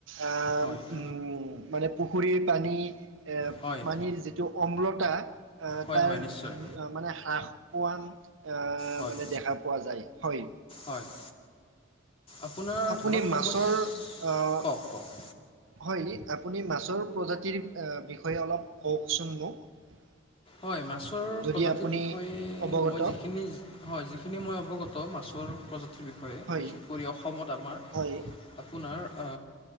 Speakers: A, on the right; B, on the left.
A: আ
B: হয়
A: উম, মানে পুখুৰীৰ পানী এ
B: হয়
A: পানীৰ যিটো অম্লটা, আ
B: হয়
A: তাৰ
B: হয় নিশ্চয়
A: মানে হ্ৰাস পোৱান আ
B: হয়
A: মানে দেখা পোৱা যায়, হয়।
B: হয়, আপোনাৰ
A: আপুনি
B: ধৰক সমইছ,
A: মাছৰ আহ
B: কওঁক-কওঁক।
A: হয় নি, আপুনি মাছৰ প্ৰজাতিৰ এ বিষয়ে অলপ কওঁকচোন মোক।
B: হয়, মাছৰ
A: যদি
B: প্ৰজাতিৰ
A: আপুনি
B: বিষয়ে
A: অৱগত
B: মই যিখিনি হয়, যিখিনি মই অৱগত, মাছৰ প্ৰজাতিৰ বিষয়ে,
A: হয়
B: বিশেষ কৰি অসমত আমাৰ
A: হয়
B: আপোনাৰ অ